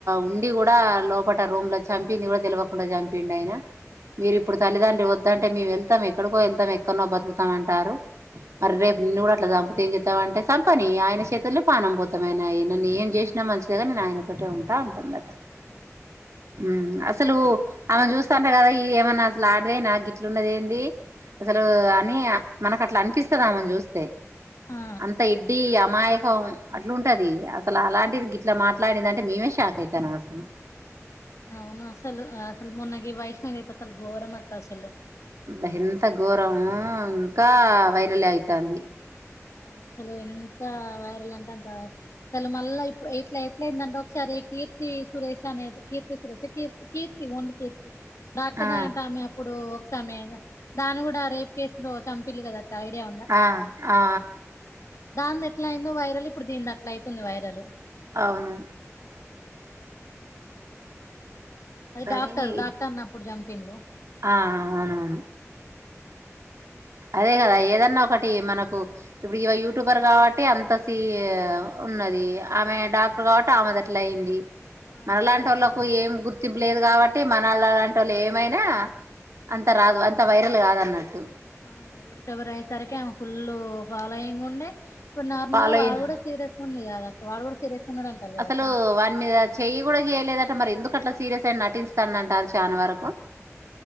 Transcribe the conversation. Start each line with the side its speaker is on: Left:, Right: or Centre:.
Right: ఉండి కూడా లోపట రూమ్ లో చంపింది కూడా తేల్వకుండా చంపిండు ఆయన మీరి ఇప్పుడు
Left: అవును
Right: తల్లితన్ వద్దంటే మేము వెళ్తాం ఎక్కడికో వెళ్తాం ఎక్కనో బతుకుతాం అంటారు మరి రేపు నిన్న కూడా అట్ల చంపితే ఏం చెత్తవ్ అంటే సంపని ఆయన చేతుల్లో పానం భూతమైనయి నన్ను ఏం చేసినా మంచిదిగా నేను ఆయన తోటే ఉంటా
Left: వామ్మో
Right: ఉంటుందట
Left: ఆ
Right: మ్మ్ అసలు ఆమెను చూస్తాంటే కదా ఈ ఏమన్నా నా అస్సల్ <unintelligible> అరె నా గిట్లున్నది ఏంది అసలు అని మనకు అట్లా అనిపిస్తది ఆమెను చూస్తే
Left: ఆ
Right: అంత ఎడ్డి ఆ అమాయకం అట్లుంటది అసలు అలాంటిది గిట్లా మాట్లాడిందంటే మేమే షాక్ అయితానం అసలు
Left: అవును అసలు అసలు మొన్న గి వైష్ణవి అయితే గోరం అక్క అసలు
Right: బ ఎంత ఘోరము ఇంకా
Left: అయ్యో
Right: వైరల్ ఏ అయితాంది
Left: ఆ అసలు ఎంత వైరల్ అంటే అంత వైరల్ అసలు మళ్ళా ఇప్పుడు ఇట్లా ఇట్లెందంట ఒక్కసారి <unintelligible> కీర్తి సురేషానే కీర్తి సురేష కీర్తి కీర్తి ఒండ్లీ కీర్తి డాక్టర్
Right: ఆ
Left: నేఅంట ఆమె అప్పుడు ఆమె దాని కూడా రేప్ కేసులో చంపిలి కదా ఐడియా
Right: ఆ ఆ
Left: దాన్ని ఎట్లా అయిందో వైరల్ ఇప్పుడు దీన్ని అట్ల అవుతుంది వైరల్
Right: అవును
Left: అది
Right: కానీ
Left: డాక్టర్ డాక్టర్ అన్నప్పుడు జం పిల్లో
Right: ఆ అవునవును అదే కదా ఏదన్నా ఒకటి మనకు ఇప్పుడు యూట్యూబర్ కాబట్టి అంత సే ఉన్నది ఆమె డాక్టర్ కాబట్టి ఆమెద ఆట్లా అయింది.
Left: అవును
Right: మనలాంటి వాళ్ళలకు ఏం గుర్తు తప్పులేదు కాబట్టి మన వాళ్ళ అలాంటి వాళ్ళు ఏమైనా అంత రాదు అంత వైరల్ కాదన్నాడు.
Left: అవును యూట్యూబర్ అయేసరికి ఫుల్ ఫాలోయింగ్ ఉండే ఇప్పుడు నార్మల్
Right: ఫాలోయింగ్
Left: గా వాళ్ళు కూడా సీరియస్ గా ఉంది కదా వాడు కూడ సీరియస్ ఉన్నాడు అంటారు కదా
Right: అసలు
Left: అక్క
Right: వాని మీద చెయ్యి కూడా చెయలేదంటే మరి ఎందుకు అట్లా సీరియల్ అయిన నటిస్తాన అంటారు చాలా వరకు